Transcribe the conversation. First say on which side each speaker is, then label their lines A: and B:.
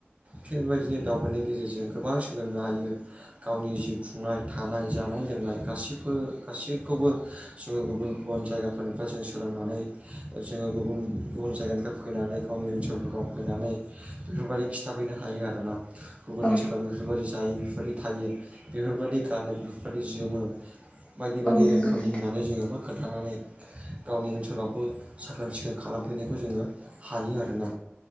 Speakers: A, on the right (about 30°); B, on the left (about 25°).
A: थिग बेबायदिनो दाउ फोरनि गेजेरजों गोबां सोलोंनो हायो गावनि जिउ खुंनाय थानाय जानाय लोंनाय गासैफो गासैखौबो जोङो गुबुन बुन जायगाफोरनिफ्राय जों सोलोंनानै जोङो गुबुन-गुबुन जायगानिफ्राय फैनानै गावनि ओनसोलफोराव फैनानै बेफोरबायदि खिथाफैनो हायो आरोना गुबुन
B: औ
A: ओनसोलाव बेफोरबायदि हायो बेफोरबायदि थायो बेफोरबायदि गानो बेफोरबायदि जोमो बायदि-बायदि
B: औ नंगौ
A: रोखोमनि
B: नोंथां
A: होननानै जोङो मा खोन्थानानै गावनि ओनसोलावबो साखोन सिखोन खालामफैनायखौ जोङो हायो आरोना